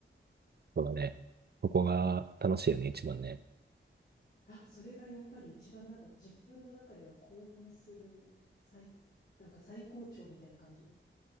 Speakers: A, on the right; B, on the left.
A: そうだね。そこが楽しいよね、一番ね。
B: あ、それがやっぱり一番なんか自分の中では興奮する最、なんか最高潮みたいな感じ